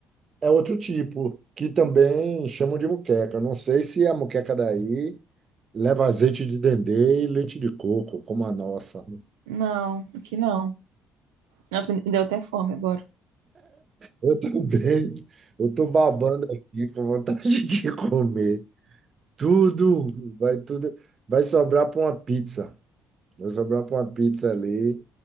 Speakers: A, on the right (about 45°); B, on the right (about 85°).
A: é outro tipo, que também chamam de moqueca. Eu Não sei se a moqueca daí leva azeite de dendê e leite de coco, como a nossa.
B: Não, aqui não. Nossa, me deu até fome agora.
A: Eu também, eu tô babando aqui com vontade <laughs> de comer. Tudo, vai tudo, vai sobrar para uma pizza. Vai sobrar para uma pizza ali.